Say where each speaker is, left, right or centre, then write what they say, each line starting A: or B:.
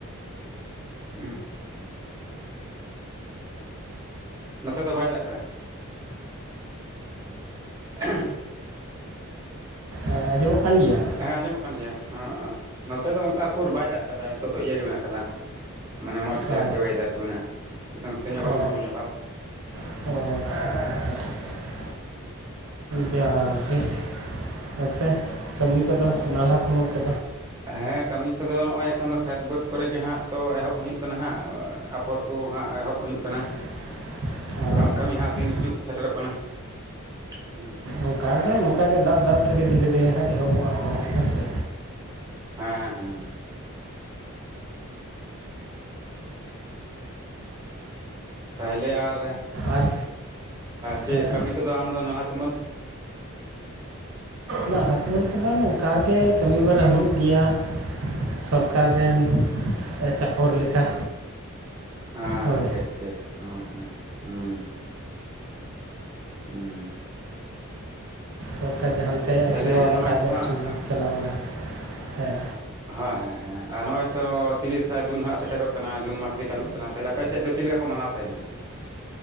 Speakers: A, on the right (about 15°); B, on the right (about 65°).
A: ᱩᱸ ᱱᱚᱛᱮ ᱫᱚ ᱵᱟᱭ ᱫᱟᱜ ᱠᱟᱫᱟ᱾ <unintelligible>
B: ᱦᱮᱸ ᱟᱸᱡᱚᱢᱚᱜ ᱠᱟᱱ ᱜᱮᱭᱟ?
A: ᱦᱮᱸ ᱟᱸᱡᱚᱢᱚᱜ ᱠᱟᱱ ᱜᱮᱭᱟ ᱱᱚᱛᱮ ᱫᱚ ᱚᱱᱠᱟ ᱩᱠᱩᱨ ᱵᱟᱭ ᱫᱟᱜ ᱠᱟᱫᱟ ᱱᱤᱛᱚᱜ ᱫᱚ ᱤᱭᱟᱹ ᱜᱮ ᱢᱮᱱᱟᱜ ᱠᱟᱫᱟ᱾ ᱢᱟᱱᱮ ᱢᱚᱡᱽ ᱜᱮ
B: ᱚ
A: ᱟᱨᱠᱤ ᱚᱭᱮᱫᱟᱨ ᱠᱚ ᱢᱮᱱᱟᱜᱼᱟ ᱥᱤᱛᱩᱝ ᱥᱤᱛᱩᱝ ᱧᱚᱜ ᱜᱚᱨᱚᱢ
B: ᱚ
A: ᱜᱚᱨᱚᱢ ᱧᱚᱜ ᱵᱷᱟᱵᱽ᱾
B: ᱚ ᱟᱪᱪᱷᱟ ᱟᱪᱪᱷᱟ ᱪᱷᱟ ᱪᱷᱟ ᱪᱷᱟ᱾ ᱡᱟᱠᱼᱜᱮ ᱟᱪᱪᱷᱟ ᱠᱟᱹᱢᱤ ᱠᱚᱫᱚ ᱱᱟᱞᱦᱟ ᱛᱩᱢᱟᱹᱞ <unintelligible>
A: ᱦᱮᱸ ᱠᱟᱹᱢᱤ ᱠᱚᱫᱚ ᱱᱚᱜᱼᱚᱭ ᱮᱠᱷᱚᱱ ᱫᱚ ᱠᱷᱮᱛ ᱵᱟᱹᱫᱽ ᱠᱚᱨᱮ ᱜᱮ ᱦᱟᱸᱜ ᱛᱚ ᱮᱦᱚᱵ ᱦᱩᱭᱩᱜ ᱠᱟᱱᱟ ᱦᱟᱸᱜ ᱟᱯᱷᱚᱨ ᱠᱚ ᱦᱟᱸᱜ ᱮᱦᱚᱵ ᱦᱩᱭᱩᱜ ᱠᱟᱱᱟ᱾
B: <inaudible> ᱟᱪᱪᱷᱟ
A: ᱪᱟᱥ ᱠᱟᱹᱢᱤ ᱦᱟᱸᱜ
B: ᱟᱪᱪᱷᱟ
A: ᱫᱤᱱ ᱦᱤᱡᱩᱜ ᱥᱮᱴᱮᱨᱚᱜ ᱠᱟᱱᱟ ᱦᱮᱸ᱾
B: ᱚᱱᱠᱟᱜ ᱜᱮ ᱱᱚᱝᱠᱟ ᱜᱮ ᱫᱟᱜ ᱫᱟᱜ ᱛᱮᱜᱮ ᱫᱷᱤᱨᱮ ᱫᱷᱤᱨᱮ ᱦᱟᱸᱜ ᱮᱦᱚᱵᱚᱜᱼᱟ ᱟᱫᱚ ᱦᱟᱸᱜ ᱦᱮᱸᱥᱮ᱾
A: ᱦᱮᱸ ᱦᱩᱸ ᱛᱟᱦᱚᱞᱮ ᱟᱨ
B: ᱟᱨ
A: ᱪᱮᱫ
B: ᱦᱮᱸ
A: ᱠᱟᱹᱢᱤ ᱠᱚᱫᱚ ᱟᱢᱫᱚ ᱱᱟᱞᱦᱟ ᱛᱩᱢᱟᱹᱞ?
B: ᱱᱟᱞᱦᱟᱛᱩᱢᱟᱹᱞ ᱠᱚᱫᱚ ᱱᱚᱝᱠᱟ ᱜᱮ ᱠᱟᱹᱢᱤ ᱵᱟᱲᱟ ᱦᱩᱭᱩᱜ ᱜᱮᱭᱟ᱾ ᱥᱚᱨᱠᱟᱨ ᱨᱮᱱ ᱪᱟᱠᱚᱨ ᱞᱮᱠᱟ᱾
A: ᱦᱮᱸ
B: ᱦᱳᱭ
A: ᱴᱷᱤᱠ ᱴᱷᱤᱠ ᱦᱮᱸ ᱦᱮᱸ ᱦᱩᱸ᱾ ᱦᱩᱸ
B: ᱥᱚᱨᱠᱟᱨ ᱡᱟᱦᱟᱸ ᱞᱮᱠᱟᱭ
A: ᱛᱟᱦᱚᱞᱮ
B: ᱟᱹᱪᱩᱣᱟ
A: ᱱᱚᱜᱼᱚᱭ
B: ᱚᱱᱠᱟᱜ
A: ᱛᱚ
B: ᱜᱮ
A: ᱦᱟᱸᱜ
B: ᱟᱹᱪᱩᱨ ᱪᱟᱞᱟᱣ ᱵᱟᱲᱟᱜ ᱦᱮᱸ᱾
A: ᱦᱮᱸ ᱦᱮᱸ ᱦᱮᱸ ᱱᱚᱜᱼᱚᱭ ᱛᱚ ᱛᱤᱨᱤᱥᱟ ᱡᱩᱱ ᱦᱚᱸ ᱥᱮᱴᱮᱨᱚᱜ ᱠᱟᱱᱟ ᱡᱩᱱ ᱢᱟᱥ ᱜᱮ ᱪᱟᱹᱞᱩᱜ ᱠᱟᱱᱟ ᱛᱟᱦᱚᱞᱮ ᱟᱯᱮ ᱥᱮᱫ ᱫᱚ ᱪᱮᱫ ᱞᱮᱠᱟ ᱠᱚ ᱢᱟᱱᱟᱣ ᱛᱟᱦᱮᱱᱟ?